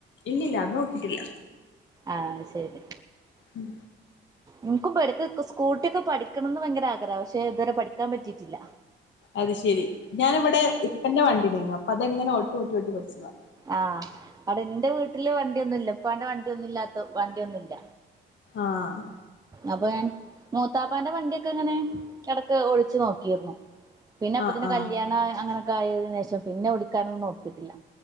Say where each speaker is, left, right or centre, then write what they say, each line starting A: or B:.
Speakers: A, on the left; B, on the right.
A: ഇല്ലില്ല. അത് നോക്കിയിട്ടില്ല.
B: ആഹ് ശരി.
A: ഉം.
B: ഇൻക്കും പഠിക്കൊക്കെ. സ്കൂട്ടി ഒക്കെ പഠിക്കണംന്ന് വയങ്കര ആഗ്രഹാ. പഷെ ഇതുവരെ പഠിക്കാൻ പറ്റിയിട്ടില്ല.
A: അത് ശെരി. ഞാന് വടെ ഇപ്പന്റെ വണ്ടിണ്ടേര്ന്നു. അപ്പതങ്ങനെ ഓട്ടി ഓട്ടി ഓട്ടി പഠിച്ചതാ.
B: ആഹ്. അവ്ടെ ന്റെ വീട്ടില് വണ്ടിയൊന്നുല്ല. ഇപ്പാന്റെ വണ്ടിയൊന്നുല്ലാത്ത വണ്ടിയൊന്നുല്ല.
A: ആഹ്
B: അപ്പൊ ഞാൻ മൂത്താപ്പാന്റെ വണ്ടിയൊക്കെ ങ്ങനെ എടക്ക് ഓ ടിച്ച് നോക്കിര്ന്നു. പിന്നെ അപ്പത്തിൻ്റെ
A: ആഹ് ആഹ്
B: കല്യാണാ അങ്ങനെക്കായതിനേഷം പിന്നെ ഓടിക്കാനൊന്നും നോക്കിയിട്ടില്ല.